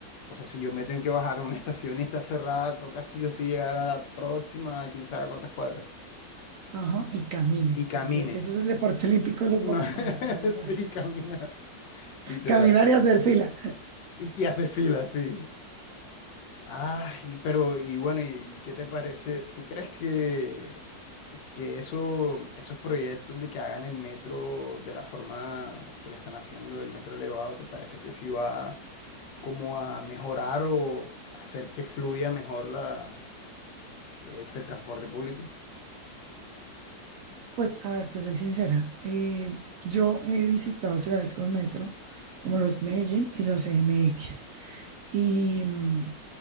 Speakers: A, on the left (about 75°); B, on the right (about 80°).
A: o sea, si yo me tengo que bajar a una <laughs> estación y está cerrada, toca sí o sí llegar a la próxima, quién sabe cuántas cuadras.
B: Ajá, y camine,
A: Y camine.
B: porque ese es el deporte olímpico de los
A: No,
B: bogotanos,
A: <laughs>
B: caminar.
A: sí, caminar, literal.
B: Caminar y hacer fila.
A: Y que hace fila, sí. Ah, y pero, y bueno, y, y qué te parece? ¿Tú crees que, que eso, esos proyectos de que hagan el metro de la forma que lo están haciendo, el metro elevado, ¿te parece que sí va como a mejorar o hacer que fluya mejor la, ese transporte público?
B: Pues, a ver, te soy sincera. eh, yo he visitado ciudades con metro, como lo es Medellín y la CMX. y mm,